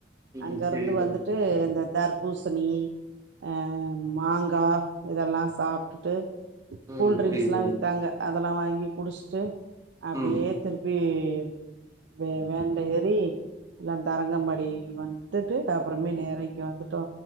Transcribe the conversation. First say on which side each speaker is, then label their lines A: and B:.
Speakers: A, on the right; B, on the right.
A: அங்க
B: ம் சேரி
A: இருந்து
B: தோழி
A: வந்துட்டு இந்த தர் பூசணி ஆ மாங்கா இதெல்லா சாப் டுட்டு
B: ம்
A: கூல்ட்ரிங்க்ஸ்லாம்
B: புரியுது தோழி
A: வித்தாங்க அது அதல்லா வாங்கி குடிச்ட்டு அப்டியே
B: ம்
A: திருப்பி கு வே வேன்ல ஏறி எல்லா தரங்கம்பாடி வந்துட்டு அப்றமே நேரா இங்க வந்துட்டோ